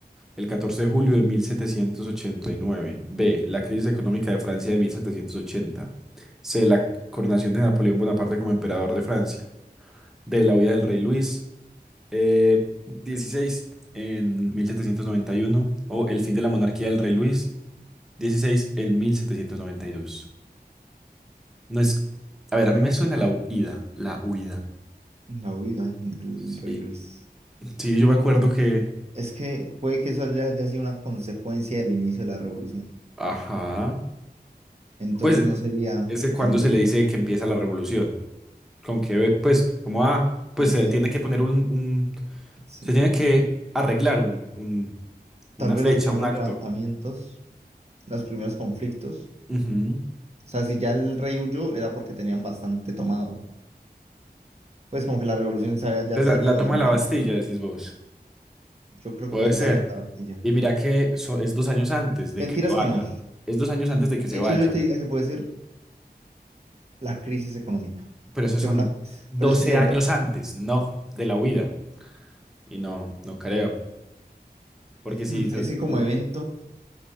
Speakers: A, in the centre; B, on the right.
A: El catorce de julio de mil setecientos ochenta y nueve B. La crisis económica de Francia de mil setecientos ochenta C. La coronación de Napoleón Bonaparte como emperador de Francia. D. La huida del rey Luis eh, XVI en mil setecientos noventa y uno O el fin de la monarquía del rey Luis dieciséis en mil setecientos noventa y dos No es... A ver, a mí me suena la huida. La huida.
B: la huida del
A: Sí,
B: rey Luis.
A: Sí, yo me acuerdo que...
B: Es que puede que eso haya, haya sido una consecuencia del inicio de la revolución.
A: Ajá.
B: Entonces
A: Pues
B: no sería
A: ese cuando
B: el...
A: se le dice que empieza la revolución. Con que, pues, como ah, pues
B: ¿Con
A: se
B: qué evento?
A: tiene que poner un, un-
B: Sí.
A: se tiene que arreglar un, un- una
B: Tal vez
A: fecha,
B: los primeros
A: un acto.
B: levantamientos, los primeros conflictos.
A: Ujú.
B: O sea, si ya el rey huyó era porque tenían bastante tomado. Pues como que la revolución se había ya
A: Entonces,
B: salido
A: la, la toma
B: de las manos.
A: de la Bastilla, decís vos.
B: Yo creo
A: Puede
B: que puede ser
A: ser.
B: la toma de la Bastilla.
A: Y mira que so- es dos años antes de
B: Mentiras
A: que se vaya.
B: que no.
A: Es dos años antes de que
B: De
A: se
B: hecho,
A: vaya.
B: yo te diría que puede ser la crisis económica.
A: Pero esos
B: Que
A: son
B: fue una...
A: 12
B: Pero es que sería
A: años
B: una...
A: antes, no, de la huida. Y no, no creo. Porque si,
B: Hmm,
A: yo-
B: Es que como
A: no,
B: evento,